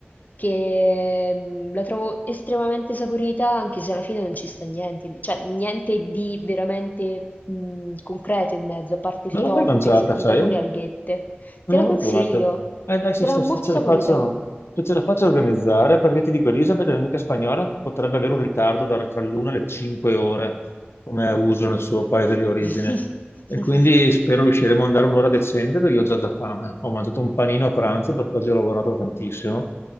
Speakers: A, on the left; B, on the left.
A: che mm, la trovo estremamente saporita, anche se alla fine non ci sta niente, cioè niente di veramente mm, concreto in mezzo, a parte il
B: Non
A: tofu,
B: l'ho mai mangiata,
A: pezzetti di
B: sai?
A: tofu e le alghette.
B: Non
A: Te
B: l'ho
A: la
B: mai
A: consiglio,
B: provata. Eh dai, se,
A: te
B: sta-
A: la molto
B: se ce
A: saporita.
B: la faccio, se ce la faccio organizzare, perché ti dico, Elisabeth, l'amica spagnola, potrebbe avere un ritardo da- tra l'una e le cinque ore, come è uso nel suo paese di origine.
A: <laughs>
B: E quindi spero riusciremo ad andare un'ora decente, perché io ho già da fame. Ho mangiato un panino a pranzo perché oggi ho lavorato tantissimo.